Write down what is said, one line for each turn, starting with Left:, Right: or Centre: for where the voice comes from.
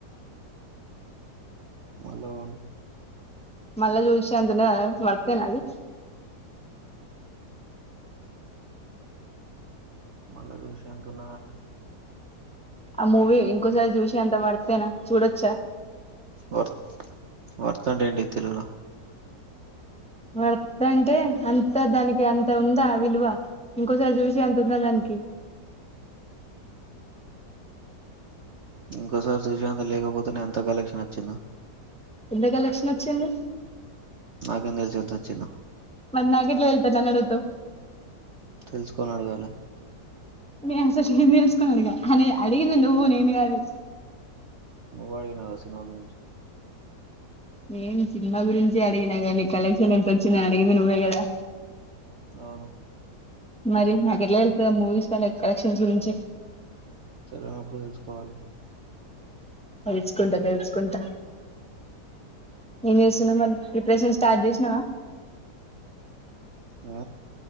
Right: మళ్ళా పోను
Centre: మళ్ళ జూషేఅంతను మర్తేన అది
Right: మళ్ళా జూశా అంటున్నానంటే
Centre: ఆ మూవి ఇంకొసారి జూషే అంత వర్తేనా చూడచ్
Right: వర్త్ వర్త్ అంటే ఏంటి తెలుగులో
Centre: వర్త్ అంటే అంత దానికి అంత ఉందా ఆ విలువ ఇంకోసారి చూసి అంత ఉందా దానికి
Right: ఇంకోసారి చూశేంత లేకపోతె నె అంత కలెక్షన్ నచ్చిందా
Centre: ఎంత కలెక్షన్ వొచ్చింది
Right: నాకేం తెలుసు ఎంతొచ్చిందో
Centre: మరి నాకెట్లా తెల్సని నన్నడుగుతావ్
Right: తెలుసుకోనీ అడగాల
Centre: నేను అసలు <unintelligible> అని అడిగింది నువ్వు నేను కాదు
Right: నువ్వే అడిగినావుగ సినిమా గురించి
Centre: నేను సినిమా గురించే అడిగినాగాని కలెక్షన్ ఎంత వచ్చిందో అని అడిగింది నువ్వే కదా
Right: అవును
Centre: మరి నాకు ఎట్లా తెల్తది మూవీస్ పైన అ కలెక్షన్స్ గురించి
Right: సరే నువ్వు కూడా తెలుసుకోవాలి
Centre: తెల్సుకుంటా తెల్సుకుంటా ఏం చేస్తున్నావ్ మరి ప్రిపరేషన్స్ స్టార్ట్ చేసినావా
Right: ఆ